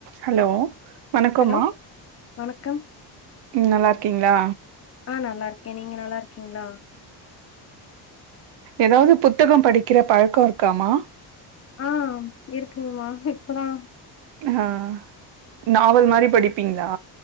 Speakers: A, on the right; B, on the left.
A: ஹலோ வணக்கம்மா
B: ஹலோ வணக்கம்
A: ம் நல்லாருக்கீங்ளா
B: ஆ நல்லா இருக்கே நீங்க நல்லாருக்கீங்ளா
A: எதாது புத்தகம் படிக்கிற பழக்கோ இருக்காமா
B: ஆ இருக்குங்மா இப்பதா
A: ஆ நாவல் மாரி படிப்பீங்ளா